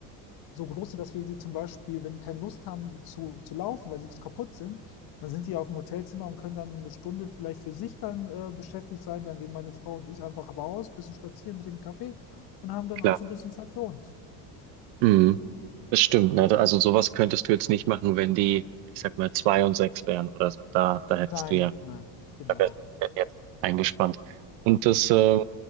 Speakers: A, on the left; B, on the right.
A: so große, dass wir sie zum Beispiel, wenn die keine Lust haben zu, zu laufen, weil sie kaputt sind, dann sind die auf dem Hotelzimmer und können dann eine Stunde vielleicht für sich dann äh, beschäftigt sein. Dann gehen meine Frau und ich einfach raus, bisschen spazieren, trinken Kaffee und haben dann
B: Klar.
A: auch so ein bisschen Zeit für uns.
B: Mhm. Das stimmt. Ne? Also sowas könntest du jetzt nicht machen, wenn die, ich sag mal, 2 und 6 wären oder so. Da, da hättest
A: Nein,
B: du ja
A: nein, genau.
B: Da wärst du jetzt eingespannt. Und das,
A: Ja.
B: äh,